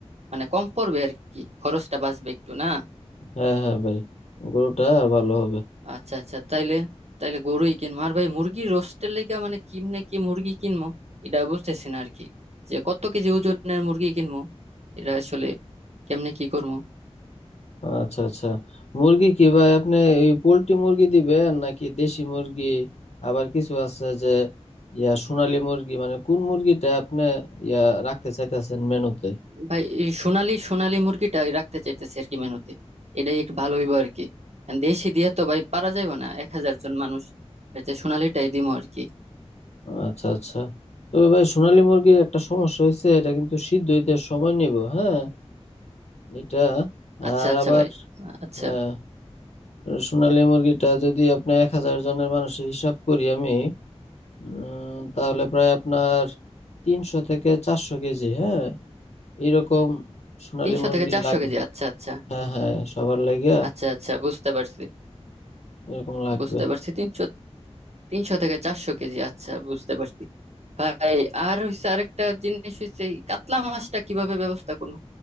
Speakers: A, on the right; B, on the left.
A: মানে কম পড়বে আর কি খরচটা বাঁচবে একটু না
B: হ্যাঁ হ্যাঁ ভাই গরুটা ভালো হবে
A: আচ্ছা আচ্ছা তাইলে তাইলে গরুই কিনবো আর ভাই মুরগির রোস্টের লেগে মানে কিমনে কি মুরগি কিনবো এটা বুঝতেছি না আর কি যে কত কেজি ওজনের মুরগি কিনবো এটা আসলে কেমনে কি করবো
B: আচ্ছা আচ্ছা মুরগি কি ভাই আপনি ওই পোল্ট্রি মুরগি দিবেন নাকি দেশি মুরগি আবার কিছু আছে যে ইয়া সোনালী মুরগি মানে কোন মুরগিটা আপনি ইয়া রাখতে চাইতেছেন মেনুতে
A: ভাই এই সোনালি সোনালি মুরগিটা রাখতে চাইতেছি আর কি মেনুতে এটাই একটু ভালো হইবো আর কি কারণ দেশি দিয়ে তো ভাই পারা যাবে না এক হাজার জন মানুষ এর যে সোনালিটাই দিমো আর কি
B: আচ্ছা আচ্ছা তবে ভাই সোনালী মুরগির একটা সমস্যা হয়েছে এটা কিন্তু সিদ্ধ হইতে সময় নিব হ্যাঁ এটা
A: আচ্ছা
B: আর
A: আচ্ছা
B: আবার
A: ভাই আচ্ছা
B: আহ, সোনালী মুরগিটা যদি আপনি এক হাজার জনের মানুষের হিসাব করি আমি উম, তাহলে প্রায় আপনার তিনশো থেকে চারশো কেজি হ্যাঁ এরকম সোনালী
A: তিনশো
B: মুরগি
A: থেকে চারশো
B: লাগবে
A: কেজি আচ্ছা আচ্ছা
B: হ্যাঁ হ্যাঁ সবার লাগিয়া
A: আচ্ছা আচ্ছা বুঝতে পারছি
B: এরকম লাগবে
A: বুঝতে পারছি তিনশো তিনশো থেকে চারশো কেজি আচ্ছা বুঝতে পারছি ভাই আর হইছে আরেকটা জিনিস হইছে এই কাতলা মাছটা কিভাবে ব্যবস্থা করবো